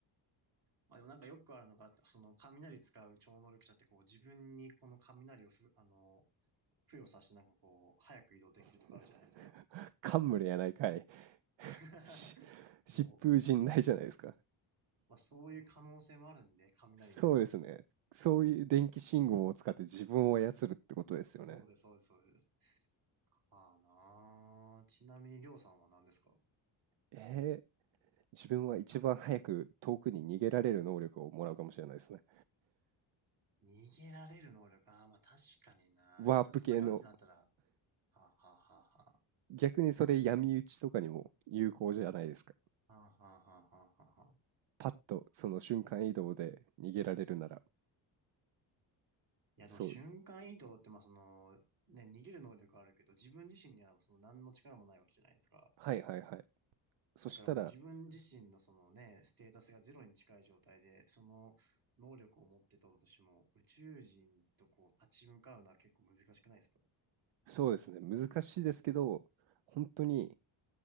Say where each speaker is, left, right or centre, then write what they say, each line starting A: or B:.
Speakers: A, on the right; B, on the right.
A: まあでもなんかよくあるのが、その雷使う超能力者ってこう自分にこの雷をふ、あの、付与させてなんかこう、早く移動できるとかあるじゃないですか。
B: <laughs> 冠やないかい
A: <laughs>
B: し疾風陣雷じゃないですか
A: そう。まあそういう可能性もあるんで、雷には。
B: そうですねそういう電気信号を使って自分を操るってことですよね
A: そうです、そうです、そうです。ああなあ。ちなみに、りょうさんは何ですか
B: えー、自分は一番早く遠くに逃げられる能力をもらうかもしれないですね
A: 逃げられる能力。ああ、まあ確かにな。
B: ワープ系の
A: いざ戦うってなったら、はあ、はあはあは
B: 逆にそれ闇討ちとかにも有効じゃないですか
A: あ、はあ、はあはあはあはあ。
B: パッとその瞬間移動で逃げられるなら、
A: いや、
B: そう、
A: でも瞬間移動って、まあその、ね、逃げる能力あるけど、自分自身にはその何の力もないわけじゃないですか。
B: はいはいはい。そしたら、
A: だからもう自分自身のそのね、ステータスがゼロに近い状態で、その能力を持ってたとしても、宇宙人とこう立ち向かうのは結構難しくないですか
B: そうですね、難しいですけど、本当に